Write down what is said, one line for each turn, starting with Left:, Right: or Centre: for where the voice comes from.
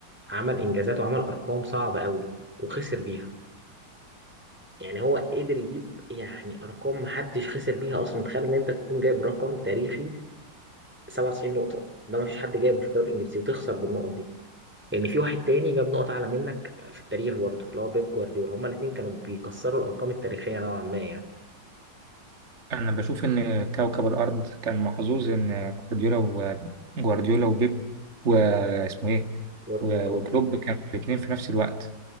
Centre: عمل انجازات وعمل ارقام صعبه قوي وخسر بيها يعني هو قدر يجيب يعني ارقام محدش خسر بيها اصلا تخيل ان انت تكون جايب رقم تاريخي 97 نقطه ده مفيش حد جايبه في الدوري الانجليزي وتخسر بالنقط دي لان في واحد تاني جاب نقط اعلى منك في التاريخ برضه اللي هو بيب جوارديولا هما الاثنين كانوا بيكسروا الارقام التاريخيه نوعا ما يعني
Right: انا بشوف ان كوكب الارض كان محظوظ ان جوارديولا وجوارديولا وبيب واسمه ايه
Centre: يورجن
Right: و-
Centre: كلوب
Right: وكلوب كانوا الاثنين في نفس الوقت